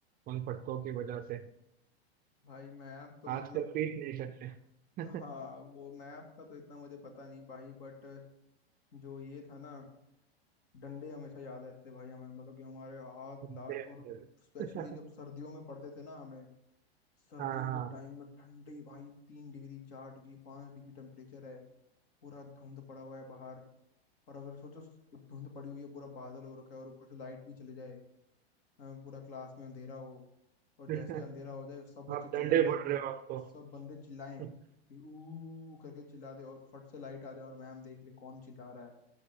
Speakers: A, on the right (about 30°); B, on the left (about 60°).
A: उन फटकों की वजह से
B: भाई मैप तो
A: आजकल
B: मतलब
A: पीट नहीं सकते
B: हाँ
A: <laughs>
B: वो मैप का तो इतना मुझे पता नहीं भाई बट जो ये था ना डंडे हमेशा याद रहते भाई हमें मतलब कि हमारे हाथ
A: इसलिए
B: लाल
A: याद
B: और स्पेशली
A: रहता
B: जब
A: है।
B: सर्दियों में पड़ते थे ना हमें सर्दियों
A: हाँ हाँ
B: के टाइम में ठंडी भाई तीन डिग्री चार डिग्री पांच डिग्री टेम्परेचर है पूरा धुंध पड़ा हुआ है बाहर और अगर सोचो धुंध पड़ी हुई है पूरा बादल हो रखा है और ऊपर से लाइट भी चले जाए अ, पूरा क्लास में अंधेरा हो और
A: <laughs>
B: जैसे ही अंधेरा हो जाए सब बच्चे
A: आप
B: चिल्लाने
A: डंडे फोड़
B: लग
A: रहे
B: जाए
A: हो आपको
B: सब बंदे चिल्लाएं
A: <laughs>
B: कि ऊ करके चिल्ला दे और फट से लाइट आ जाए और मैम देख ले कौन चिल्ला रहा है